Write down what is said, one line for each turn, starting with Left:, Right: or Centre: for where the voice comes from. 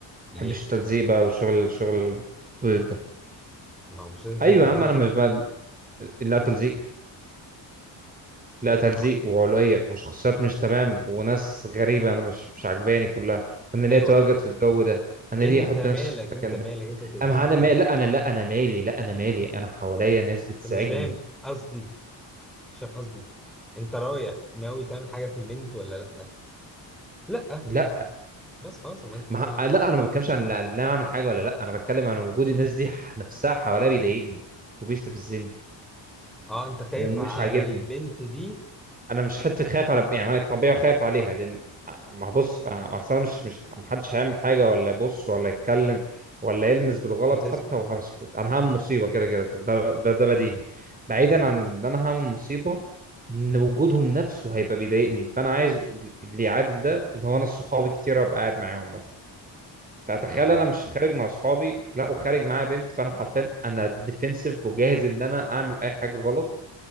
Centre: ليه
Right: بحبش التلزيق بقى وشغل شغل البيض ده
Centre: ما هو مش لازم يكون
Right: ايوه
Centre: تجديد
Right: يا عم انا
Centre: يا
Right: مش
Centre: ابني
Right: بقى لا تلزيق لا تلزيق
Centre: أهو.
Right: وعلوية وشخصيات مش تمام وناس غريبة أنا مش مش عجباني كلها فأنا ليه
Centre: ايوه
Right: أتواجد في الجو ده أنا
Centre: انت
Right: ليه أحط
Centre: مالك
Right: نفسي في
Centre: انت
Right: المكان
Centre: مالك
Right: ده
Centre: انت تبقى
Right: أما
Centre: مش
Right: أنا
Centre: كويس
Right: مالي لا
Centre: ليه؟
Right: أنا لا أنا مالي لا أنا مالي أنا حواليا ناس بتزعجني
Centre: انت مش فاهم قصدي مش فاهم قصدي انت رايح ناوي تعمل حاجه في البنت ولا لا لا
Right: لا
Centre: بس خلاص ما انت فاكر
Right: ما...
Centre: ايه
Right: لا
Centre: بقى
Right: أنا ما بتكلمش عن لا أنا أعمل حاجة ولا لا أنا بتكلم عن وجود الناس دي ح- نفسها حواليا بيضايقني وبيستفزني
Centre: اه انت خايف
Right: ومش
Centre: على
Right: عاجبني
Centre: البنت دي
Right: انا مش حته خايف على يعني انا الطبيعه خايف عليها لان ما بص أنا- اصل انا مش مش محدش هيعمل حاجه ولا يبص ولا يتكلم ولا يلمس بالغلط
Centre: وتسكت
Right: حتى وهسكت انا هعمل مصيبه كده كده ده ده, ده بديهي بعيدا
Centre: آه.
Right: عن ان انا هعمل مصيبه ان وجودهم نفسه هيبقى بيضايقني فانا عايز اللي يعادل ده ان هو انا صحابي كتير ابقى قاعد معاهم مثلا فتخيل
Centre: آه.
Right: انا مش خارج مع صحابي لا وخارج معايا بنت فانا حرفيا انا ديفنسيف وجاهز ان انا اعمل اي حاجه غلط